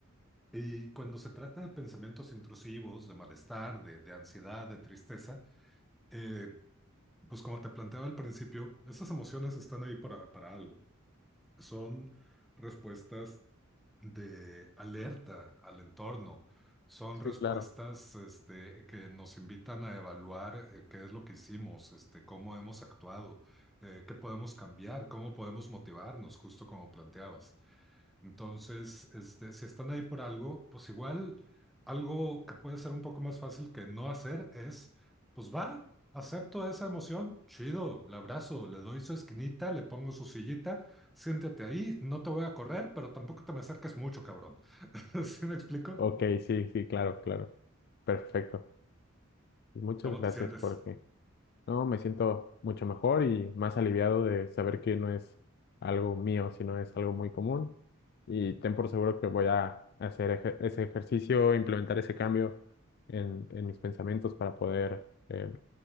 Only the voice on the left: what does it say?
Sí,
claro.
Ok, sí, sí, claro, claro. Perfecto. Muchas
gracias,
Jorge. No, me siento mucho mejor y más aliviado de saber que no es algo mío, sino es algo muy común. Y ten por seguro que voy a hacer eje- ese ejercicio, implementar ese cambio en, en mis pensamientos para poder eh,